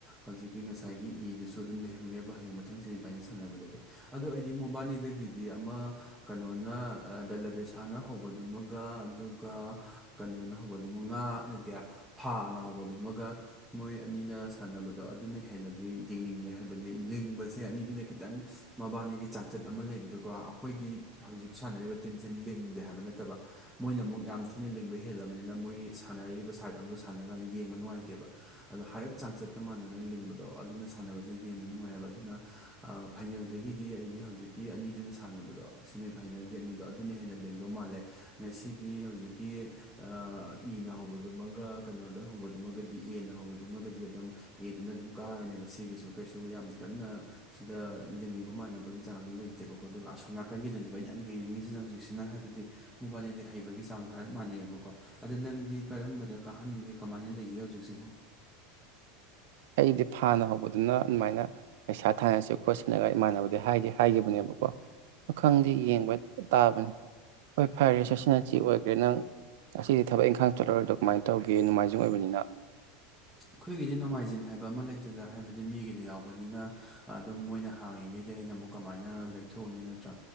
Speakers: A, in the centre; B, on the right.
A: ꯍꯧꯖꯤꯛꯀꯤ ꯉꯁꯥꯏꯒꯤ ꯏꯗꯨꯁꯨ ꯑꯗꯨꯝ ꯂꯩꯍꯧꯅꯦꯕ ꯍꯌꯦꯡ ꯃꯊꯪꯁꯤ ꯏꯚꯥꯏꯖꯟ ꯁꯥꯟꯅꯕꯗꯗꯤ ꯑꯗ ꯑꯩꯗꯤ ꯃꯣꯕꯥꯅꯤꯗꯒꯤꯗꯤ ꯑꯃ ꯀꯩꯅꯣꯅ ꯗꯂꯕꯦꯁꯥꯅ ꯍꯧꯕꯗꯨꯃꯒ ꯑꯗꯨ ꯀꯩꯅꯣꯅ ꯍꯧꯕꯗꯨꯃ ꯉꯥ ꯅꯗꯦ ꯐꯥꯅ ꯍꯧꯕꯗꯨꯃꯒ ꯃꯣꯏ ꯑꯅꯤꯅ ꯁꯥꯟꯅꯕꯗꯣ ꯑꯗꯨꯅ ꯍꯦꯟꯅꯗꯤ ꯌꯦꯡꯅꯤꯡꯉꯦ ꯍꯥꯏꯕꯗꯤ ꯂꯤꯡꯕꯁꯦ ꯑꯅꯤꯗꯨꯅ ꯈꯤꯇꯪ ꯃꯕꯥꯅꯤꯒꯤ ꯆꯥꯡꯆꯠ ꯑꯃ ꯂꯩꯕꯗꯨꯀꯣ ꯑꯩꯈꯣꯏꯒꯤ ꯍꯧꯖꯤꯛ ꯁꯥꯟꯅꯔꯤꯕ ꯇꯤꯝꯁꯤꯦ ꯂꯤꯡꯗꯦ ꯍꯥꯏꯕ ꯅꯠꯇꯕ ꯃꯣꯏꯅ ꯑꯃꯨꯛ ꯌꯥꯝ ꯊꯤꯅ ꯂꯤꯡꯕ ꯍꯦꯜꯂꯕꯅꯤꯅ ꯃꯣꯏꯒꯤ ꯁꯥꯟꯅꯔꯤꯕ ꯁꯥꯏꯠ ꯑꯗꯣ ꯁꯥꯟꯅꯔ ꯀꯥꯟꯗ ꯌꯦꯡꯕ ꯅꯨꯡꯉꯥꯏꯇꯦꯕ ꯑꯗꯣ ꯍꯥꯏꯔꯞ ꯆꯥꯡ ꯆꯠꯇ ꯃꯥꯟꯅꯅ ꯂꯤꯡꯕꯗꯣ ꯑꯗꯨꯅ ꯁꯥꯟꯅꯕꯁꯤꯅ ꯌꯦꯡꯕ ꯅꯨꯡꯉꯥꯏꯑꯕ ꯑꯗꯨꯅ ꯐꯥꯏꯅꯦꯜꯗꯒꯤꯗꯤ ꯑꯩꯗꯤ ꯍꯧꯖꯤꯛꯀꯤ ꯑꯅꯤꯗꯨꯅ ꯁꯥꯟꯅꯕꯗꯣ ꯁꯦꯃꯤꯐꯥꯏꯅꯦꯜꯒꯤ ꯑꯅꯤꯗꯣ ꯑꯗꯨꯅ ꯍꯦꯟꯅ ꯂꯦꯡꯗꯧ ꯃꯥꯜꯂꯦ ꯃꯁꯤꯒꯤ ꯍꯧꯖꯤꯛꯀꯤ ꯏꯅ ꯍꯧꯕꯗꯨꯃꯒ ꯀꯩꯅꯣꯗ ꯍꯧꯕꯗꯨꯃꯒꯗꯤ ꯑꯦꯅ ꯍꯧꯕꯗꯨꯃꯒꯗꯤ ꯑꯗꯨꯝ ꯑꯦꯗꯨꯅ ꯑꯗꯨꯝ ꯀꯥꯔꯅꯦꯕ ꯁꯤꯒꯤꯁꯨ ꯀꯩꯁꯨ ꯌꯥꯝ ꯀꯟꯅ ꯁꯤꯗ ꯂꯤꯡꯕ ꯃꯥꯟꯅꯕꯒꯤ ꯆꯥꯡꯗꯨꯣ ꯂꯩꯇꯦꯕꯀꯣ ꯑꯗꯨꯒ ꯑꯁꯣꯝ ꯅꯥꯀꯟꯒꯤꯗꯨꯅꯦꯕ ꯑꯩꯅ ꯌꯥꯝ ꯌꯦꯡꯅꯤꯡꯉꯤꯁꯤꯅ ꯍꯧꯖꯤꯛꯁꯤꯅ ꯍꯥꯏꯕꯗꯤ ꯃꯕꯥꯅꯤꯗꯤ ꯍꯩꯕꯒꯤ ꯆꯥꯡꯗꯣ ꯍꯥꯏꯞꯥꯟꯅꯩꯕ ꯀꯣ ꯑꯗ ꯅꯪꯗꯤ ꯀꯔꯝꯕꯗ ꯀꯥꯍꯟꯅꯤꯡꯒꯦ ꯀꯃꯥꯏꯅ ꯂꯩꯒꯦ ꯍꯧꯖꯤꯛꯁꯤꯕꯨ
B: ꯑꯩꯗꯤ ꯐꯥꯅ ꯍꯧꯕꯗꯨꯅ ꯑꯗꯨꯃꯥꯏꯅ ꯄꯩꯁꯥ ꯊꯥꯅꯁꯨ ꯈꯣꯠꯁꯤꯟꯅꯒ ꯏꯃꯥꯟꯅꯕꯗꯤ ꯍꯥꯏꯗꯤ ꯍꯥꯏꯈꯤꯕꯅꯦꯕꯀꯣ ꯄꯈꯪꯗꯦ ꯌꯦꯡꯕ ꯇꯥꯕꯅꯤ ꯍꯣꯏ ꯐꯔꯦ ꯁꯁꯤꯅꯁꯤ ꯑꯣꯏꯈ꯭ꯔꯦ ꯅꯪ ꯉꯁꯤꯗꯤ ꯊꯕꯛ ꯏꯪꯈꯥꯡ ꯆꯠꯂꯨꯔꯒꯗꯣ ꯀꯃꯥꯏꯅ ꯇꯧꯒꯦ ꯅꯣꯡꯃꯥꯏꯖꯤꯡ ꯑꯣꯏꯕꯅ
A: ꯑꯩꯈꯣꯏꯒꯤꯗꯤ ꯅꯣꯡꯃꯥꯏꯖꯤꯡ ꯍꯥꯏꯕ ꯑꯃ ꯂꯩꯇꯦꯗ ꯍꯥꯏꯕꯗꯤ ꯃꯤꯒꯤꯗꯤ ꯌꯥꯎꯕꯅꯤꯅ ꯑꯗꯨꯝ ꯃꯣꯏꯅ ꯍꯥꯡꯉꯤꯈꯩꯗꯤ ꯑꯩꯅ ꯑꯃꯨꯛ ꯀꯃꯥꯏꯅ ꯂꯩꯊꯣꯛꯑꯅꯤ ꯅꯠꯇ꯭ꯔꯥ